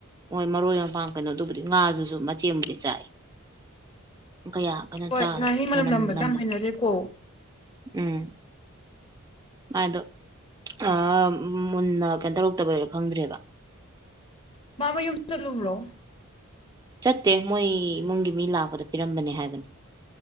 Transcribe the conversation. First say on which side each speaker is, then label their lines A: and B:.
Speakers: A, on the right; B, on the left.
A: ꯃ‌ꯣꯏ ꯃꯔꯣꯏ ꯃꯄꯥꯡ ꯀꯩꯅꯣ ꯗꯨꯕꯨꯗꯤ ꯉꯥꯗꯨꯁꯨ ꯃꯆꯦꯠ ꯑꯃꯕꯨꯗꯤ ꯆꯥꯏ ꯀꯌꯥ ꯀꯩꯅꯣ
B: ꯍꯣꯏ
A: ꯆꯥꯗ꯭ꯔꯦ
B: ꯉꯥꯍꯤꯡ ꯃꯅꯝ ꯅꯝꯕꯁꯦ
A: ꯅꯝꯕꯗꯣ
B: ꯌꯥꯝ ꯍꯩꯅꯗ‌ꯦꯀꯣ
A: ꯎꯝ ꯃꯥꯏꯗꯣ ꯑꯥ ꯃꯨꯟꯅ ꯀꯩꯅꯣ ꯇꯧꯔꯛꯇꯕꯩꯔ ꯈꯪꯗ꯭ꯔꯦꯕ
B: ꯃꯥ ꯃꯌꯨꯝ ꯆꯠꯂꯨꯕ꯭ꯔꯣ
A: ꯆꯠꯇꯦ ꯃꯣꯏ ꯏꯃꯨꯡꯒꯤ ꯃꯤ ꯂꯥꯛꯄꯗ ꯄꯤꯔꯝꯕꯅꯦ ꯍꯥꯏꯕꯅꯤ